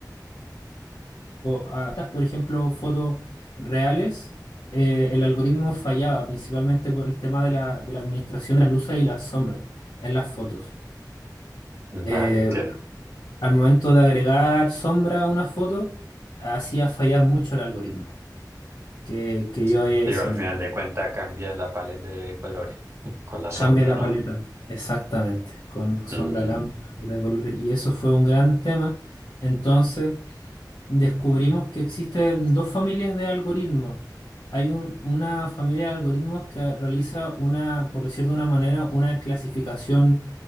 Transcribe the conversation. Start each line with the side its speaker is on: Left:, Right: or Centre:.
Left: ah, estas, por ejemplo, fotos reales, eh, el algoritmo fallaba principalmente por el tema de la, de la administración de las luces y las sombras en las fotos.
Right: Vale,
Left: Eh,
Right: entiendo.
Left: al momento de agregar sombra a una foto, hacía fallar mucho el algoritmo que que yo
Right: Digo,
Left: había diseñado.
Right: al final de cuentas cambia la paleta de colores con la sombra,
Left: Cambia la
Right: ¿no?
Left: paleta, exactamente. Con sombra
Right: Mm,
Left: cambia la paleta de colores. Y eso fue un gran tema. Entonces descubrimos que existen dos familias de algoritmos. Hay un- una familia de algoritmos que realiza una, por decir de una manera, una clasificación